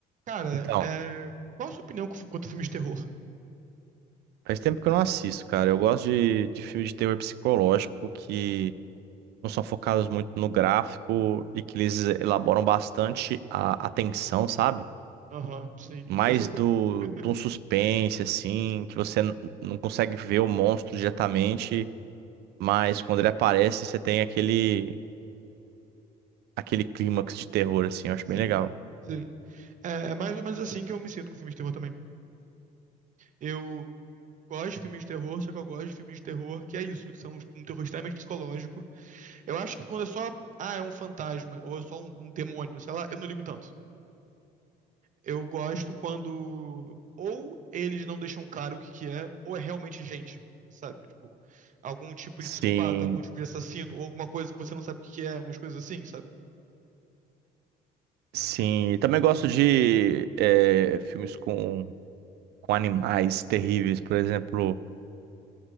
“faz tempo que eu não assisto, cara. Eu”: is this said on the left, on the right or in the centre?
Right